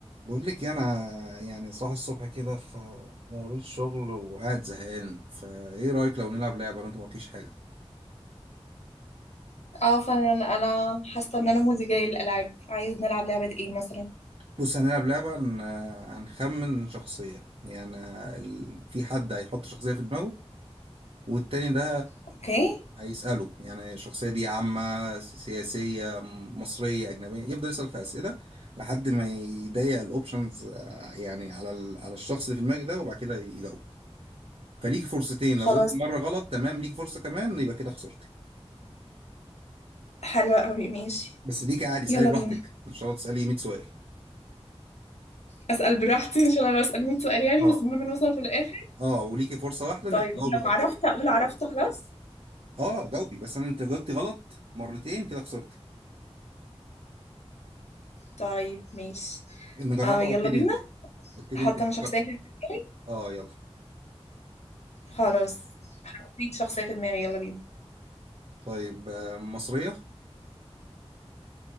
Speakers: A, on the right; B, on the left.
A: بقول لك إيه، انا يعني صاحي الصبح كده في موريت شغل وقاعد زهقان فايه رايك لو نلعب لعبه لو انت ما قلتيش حاجه
B: اه فعلا انا حاسه ان انا مودي جاي للالعاب عايز نلعب لعبه ايه مثلا
A: بص هنلعب لعبه هن- هنخمن شخصيه يعني ال- في حد هيحط شخصيه في دماغه والتاني ده
B: اوكي
A: هيساله يعني الشخصيه دي عامه س- سياسيه م- مصريه اجنبيه يفضل يسال في اسئله لحد ما يضيق الاوبشنز آه، يعني على ال- على الشخص اللي في دماغك ده وبعد كده يجاوب فليك فرصتين
B: خلاص
A: لو جبت مرة غلط تمام ليك فرصة كمان يبقى كده خسرت
B: حلوه قوي ماشي
A: بس ليكي عادي اسالي
B: يلا
A: براحتك
B: بينا
A: مش شرط تسالي 100 سؤال
B: اسال براحتي ان شاء الله لو اسال 100 سؤال يعني
A: اه
B: بس المهم نوصل في الاخر
A: اه وليكي فرصه واحده انك
B: طيب
A: تجاوبي
B: لو
A: غلط
B: عرفت اقول عرفت خلاص
A: اه جاوبي بس انا انت لو جاوبتي غلط مرتين كده خسرتي
B: طيب ماشي
A: نجربها
B: آه يلا
A: ابتدي
B: بينا
A: انت ابتدي
B: احط
A: انت فكر
B: انا شخصيه في دماغي
A: اه يلا
B: خلاص حطيت شخصيه في دماغي يلا بينا
A: طيب آه، مصريه